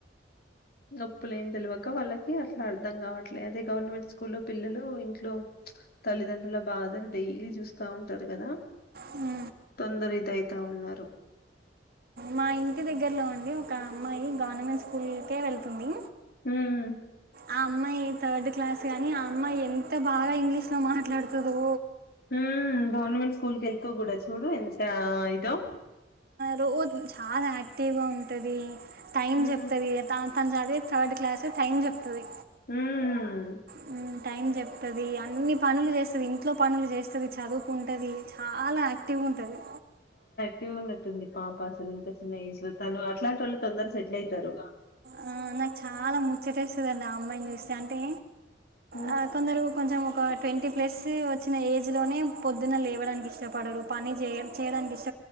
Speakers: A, on the left (about 55°); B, on the right (about 55°).
A: గప్పు లేని తెలివక వాళ్ళకి అట్లా అర్థం కావట్లేదు అదే గవర్నమెంట్ స్కూ లో పిల్లలు ఇంట్లో తల్లిదండ్రుల బాధను డైలీ చూస్తా ఉంటారు కదా
B: హ్మ్.
A: తొందర ఇదైతా ఉన్నారు
B: మా ఇంటి దగ్గరలో అండి ఒక అమ్మాయి గవర్నమెంట్ స్కూల్కే వెళ్తుంది
A: హ్మ్.
B: ఆ అమ్మాయి థర్డ్ క్లాస్ కానీ ఆ అమ్మాయి ఎంత బాగా ఇంగ్లీష్ లో మాట్లాడుతదో
A: హు గవర్నమెంట్ స్కూల్కి వెళ్తూ కూడా చూడు ఎంత ఇదో
B: రోజు చాలా యాక్టివ్గా ఉంటది టైమ్
A: హ్మ్.
B: చెప్తది తన చదివే థర్డ్ క్లాస్ టైమ్ చెప్తది
A: హ్మ్.
B: హు టైం చెప్ అది అన్ని పనులు చేస్తది ఇంట్లో పనులు చేస్తది చదువుకుంటది చాలా యాక్టివ్ ఉంటది
A: తెలివి ఉన్నట్టుంది పాప అసలు ఇంత చిన్న ఏజ్ లో తను అట్లాంటి వాళ్ళు తొందర సెటిల్ అయతారు.
B: ఆ, నాకు చాలా ముచ్చటేస్తుందండి ఆ అమ్మాయిని చూస్తే అంటే
A: హ్మ్.
B: ఆ కొందరు కొంచెం ఒక ట్వంటీ ప్లస్ వచ్చిన ఏజ్ లోనే పొద్దున లేవడానికి ఇష్టపడరు పని చే చేయడానికి ఇష్టం